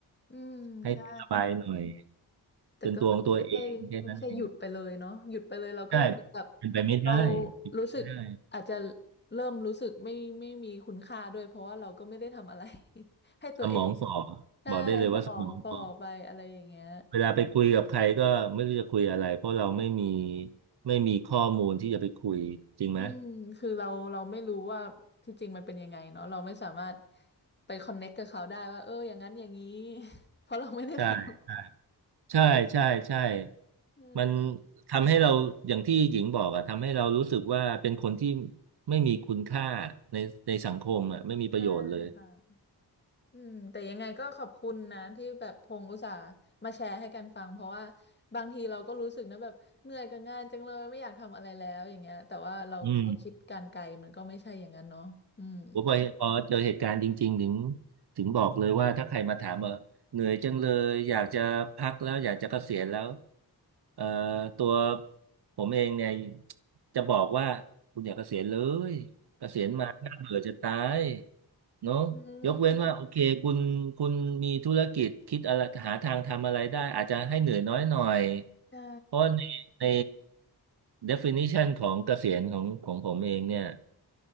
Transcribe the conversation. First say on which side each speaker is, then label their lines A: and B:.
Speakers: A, on the left; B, on the right.
A: อืมใช่
B: ให้สบายหน่อย
A: แต่ก็ไม่ใช่ไม่ใช่หยุดไปเลยเนาะหยุดไปเลยเราก็เหมือนกับ
B: เป็นตัวของตัวเองแค่นั้นเองใช่เป็นไปไม่ได้เป็นไปไม่ได้
A: เรารู้สึกอาจจะเริ่มรู้สึกไม่ไม่มีคุณค่าด้วยเพราะว่าเราก็ไม่ได้ทำอะไร <laughs> ให้ตัวเอง
B: สมองฝ่อ
A: ใช่สมองฝ่อไปอะไรอย่างเงี้ย
B: บอกได้เลยว่าสมองฝ่อ เวลาไปคุยกับใครก็ไม่รู้จะคุยอะไรเพราะเราไม่มีไม่มีข้อมูลที่จะไปคุยจริงไหม
A: อืมคือเราเราไม่รู้ว่าที่จริงมันเป็นยังไงเนาะเราไม่สามารถไปคอนเน็กกับเขาได้ว่าเอออย่างนั้นอย่างนี้ <laughs> เพราะเราไม่ได้ทำ
B: ใช่ใช่ใช่ใช่
A: <laughs> อืม
B: มันทำให้เราอย่างที่หญิงบอกอะทำให้เรารู้สึกว่าเป็นคนที่ไม่มีคุณค่าในในสังคมอะไม่มีประโยชน์เลย
A: ใช่ค่ะ อืมแต่ยังไงก็ขอบคุณนะที่แบบพงอุตส่าห์มาแชร์ให้กันฟังเพราะว่าบางทีเราก็รู้สึกนะแบบเหนื่อยกับงานจังเลยไม่อยากทำอะไรแล้วอย่างเงี้ยแต่ว่าเราพอคิดการไกลมันก็ไม่ใช่อย่างนั้นเนาะอืม
B: อืม ผมพอพอเจอเหตุการณ์จริงๆถึงถึงบอกเลยว่าถ้าใครมาถามว่าเหนื่อยจังเลยอยากจะพักแล้วอยากจะเกษียณแล้วเอ่อตัวผมเองเนี่ยจะบอกว่าคุณอย่าเกษียณเลยเกษียณมาน่าเบื่อจะตายเนอะยกเว้นว่าโอเคคุณคุณมีธุรกิจคิดอะไรหาทางทำอะไรได้อาจจะให้เหนื่อยน้อยหน่อย
A: อืม <laughs> ใช่
B: เพราะว่าในใน definition ของเกษียณของของผมเองเนี่ย